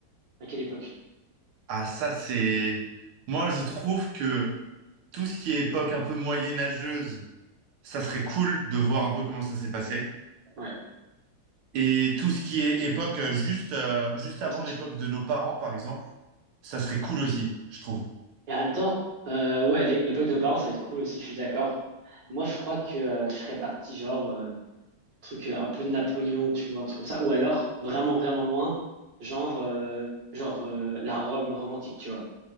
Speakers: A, on the right; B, on the right.
A: À quelle époque?
B: Ah, ça c'est... Moi je trouve que tout ce qui est époque un peu moyenâgeuse, ça serait cool de voir un peu comment ça s'est passé.
A: Ouais. En
B: Et tout ce qui est époque euh, juste, euh, juste
A: même
B: avant
A: temps, tu-
B: l'époque de nos parents, par exemple, ça serait cool aussi, je trouve.
A: Et en même temps, euh, ouais, l'é- l'époque de nos parents, ça va être cool aussi, je suis d'accord. Moi, je crois que euh, je serais parti, genre, euh, truc euh, un peu de Napoléon, tu vois, un truc comme ça. Ou alors, vraiment, vraiment loin, genre, euh, genre euh, la Rome romantique, tu vois.